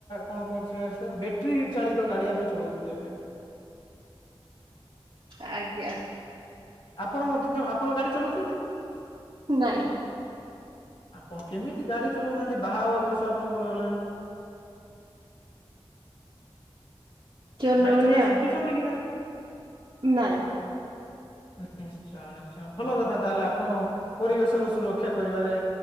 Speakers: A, on the left; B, on the right.
A: କଣ କଣ <unintelligible> ଆସିଲା ବ୍ୟାଟେରୀ ଚାଳିତ ଗାଡି ଆମେ ଚଳଉଛୁ ଏବେ
B: ଆଜ୍ଞା।
A: ଆପଣ ମଧ୍ୟ ଆପଣ ଗାଡି ଚଲାଉଛନ୍ତି?
B: ନାଇଁ।
A: ଆପଣ କେମିତି ଗାଡି ଚଳଉନାହାନ୍ତି ବାହା ବା ବୟସ ଆପଣଙ୍କର ହେଲାଣି।
B: ଚଲଉନି
A: ଗାଡ଼ି ଚଲେଇବା ଶିଖିଛନ୍ତି
B: ଆଉ
A: କି ନାଇଁ?
B: ନାଇଁ।
A: <unintelligible> ନିଶ୍ଚୟ ଭଲ କଥା ତାହେଲେ ଆପଣ ପରିବେଶର ସୁରକ୍ଷା କରିବାରେ